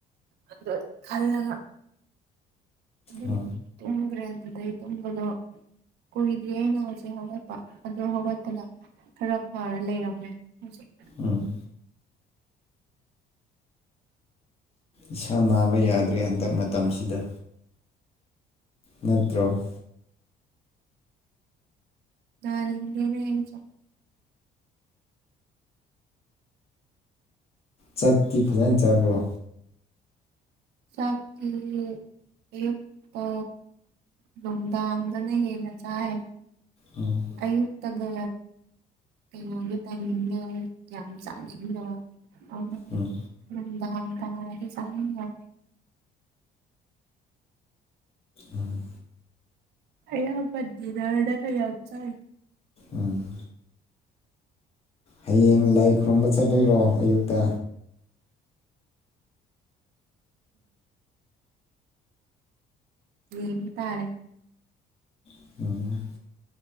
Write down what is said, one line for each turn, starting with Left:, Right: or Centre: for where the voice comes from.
Right: ꯑꯗ ꯈꯜꯂꯒ ꯑꯗꯨꯝ
Left: ꯍ
Right: ꯇꯨꯝꯒꯔꯦ ꯑꯗꯨꯗꯩ ꯇꯨꯝꯕꯗꯣ ꯀꯨꯏꯗ꯭ꯔꯤ ꯑꯩꯅ ꯍꯧꯖꯤꯛ ꯍꯧꯒꯠꯄ ꯑꯗꯣ ꯍꯧꯒꯠꯄꯗ ꯈꯔ ꯐꯔ ꯂꯩꯔꯝꯃꯦ ꯍꯧꯖꯤꯛ
Left: ꯎꯝ ꯏꯁꯥ ꯅꯥꯕ ꯌꯥꯗ꯭ꯔꯦ ꯍꯟꯗꯛ ꯃꯇꯝꯁꯤꯗ ꯅꯠꯇ꯭ꯔꯣ
Right: ꯅꯥꯅꯤꯡꯗꯦꯅꯦ ꯑꯩꯁꯨ
Left: ꯆꯛꯇꯤ ꯐꯖꯅ ꯆꯥꯕ꯭ꯔꯣ
Right: ꯆꯥꯛꯇꯤ ꯑꯌꯨꯛꯇ ꯅꯨꯡꯗꯥꯡꯗꯅ ꯍꯦꯟꯅ ꯆꯥꯏ
Left: ꯑꯣ
Right: ꯑꯌꯨꯛꯇꯒ ꯀꯩꯅꯣꯒꯤ ꯇꯥꯏꯃꯤꯡꯒ ꯌꯥꯝ ꯆꯥꯅꯤꯡꯗꯕ ꯑꯗꯨꯒꯤ
Left: ꯎꯝ
Right: ꯅꯨꯃꯤꯗꯥꯡ ꯇꯥꯔꯗꯤ ꯆꯥꯅꯤꯡꯉꯦ
Left: ꯎꯝ
Right: ꯑꯌꯥꯝꯕ ꯗꯤꯅꯔꯗ ꯈ ꯌꯥꯝ ꯆꯥꯏ
Left: ꯎꯝ ꯍꯌꯦꯡ ꯂꯩ ꯈꯨꯔꯨꯝꯕ ꯆꯠꯇꯣꯏꯔꯣ ꯑꯌꯨꯛꯇ
Right: ꯌꯦꯡꯕ ꯇꯥꯔꯦ
Left: <unintelligible>